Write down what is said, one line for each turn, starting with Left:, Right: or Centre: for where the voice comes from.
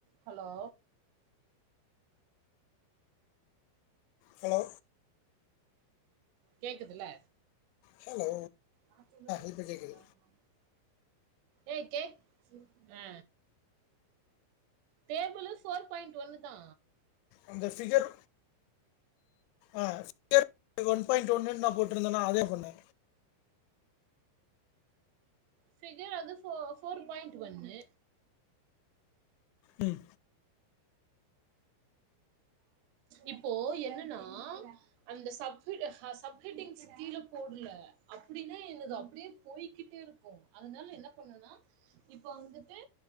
Right: Hello
Left: hello
Right: கேக்குதில
Left: hello
Right: ஆ சொல்லு <unintelligible>
Left: இப்போ
Right: யார
Left: கேட்குது
Right: ஆமா ஏய் கேக் அ டேபிளு ஃபோர் பாயிண்ட் ஒன்னு தா
Left: அந்த ஃபிகர் ஆ <unintelligible> ஒன் பாயிண்ட் ஒன் நா போட்டிருந்தேன அதே பண்னு
Right: ஃபிகர் அது ஃபோ ஃபோர் பாயிண்ட் ஒன்னு
Left: ம்
Right: இப்போ என்னன்னா அந்த சப் கெட் சப் கெட்டீங்ஸ் கீழ போடல அப்டின்னா என்னுது அப்டியே போய்கிட்டே இருக் கு அதனால என்ன பண்ணனா இப்ப வந்துட்டு